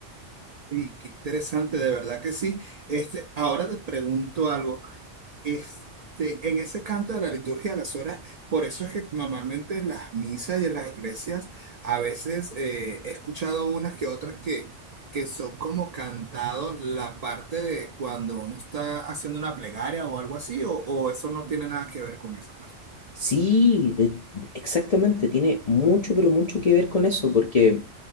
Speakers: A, on the right; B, on the left.
A: Sí, qué interesante, de verdad que sí. Este, ahora te pregunto algo. Este, en ese canto de la liturgia de las horas, por eso es que normalmente en las misas y en las iglesias a veces eh, he escuchado unas que otras que, que son como cantado la parte de cuando uno está haciendo una plegaria o algo así, o, o eso no tiene nada que ver con esa parte.
B: Sí, de- exactamente, tiene mucho, pero mucho que ver con eso, porque